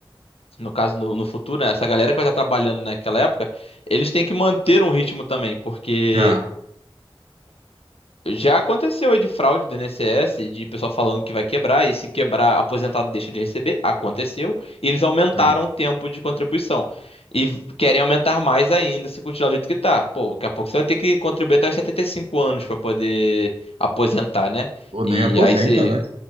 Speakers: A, on the left; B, on the right.
A: No caso, no, no futuro, né? Essa galera que vai estar trabalhando naquela época, eles têm que manter um ritmo também, porque
B: É,
A: já aconteceu aí de fraude do INSS, de pessoal falando que vai quebrar, e se quebrar, aposentado deixa de receber. Aconteceu. E eles aumentaram
B: é.
A: o tempo de contribuição. E querem aumentar mais ainda se continuar do jeito que tá. Pô, daqui a pouco você vai ter que contribuir até os 75 anos para poder aposentar, né?
B: Ou nem
A: E
B: aposenta,
A: aí se.
B: né?